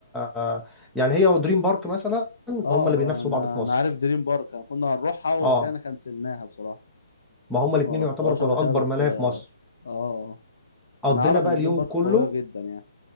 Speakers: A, in the centre; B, on the left (about 70°).
A: آه، يعني هي ودريم بارك مثلا
B: اه
A: هم اللي بينافسوا
B: أنا
A: بعض في مصر
B: أنا عارف دريم بارك كنا هنروحها ورجعنا
A: اه
B: كنسلناها بصراحة
A: ما هم الاثنين
B: ما رحتهاش
A: يعتبروا كانوا
B: قبل كده
A: اكبر
B: بس
A: ملاهي في مصر
B: اه
A: قضينا
B: أنا أعرف
A: بقى
B: إن
A: اليوم
B: دريم بارك
A: كله
B: قوية جدا يعني